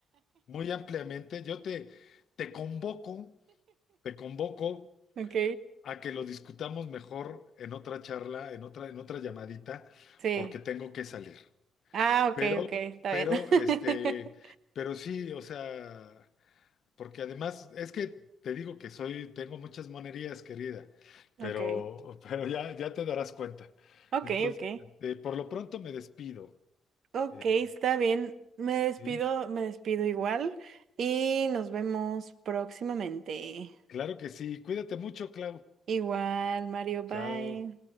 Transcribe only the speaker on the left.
muy ampliamente. Yo te, te convoco, te convoco
a que lo discutamos mejor en otra charla, en otra, en otra llamadita,
porque tengo que salir.
Pero,
pero,
este, pero sí, o sea, porque además es que te digo que soy, tengo muchas monerías, querida, pero,
<laughs> pero ya, ya te darás cuenta.
Entonces,
este, por lo pronto me despido.
Eh,
sí,
claro que sí. Cuídate mucho, Clau.
Chao.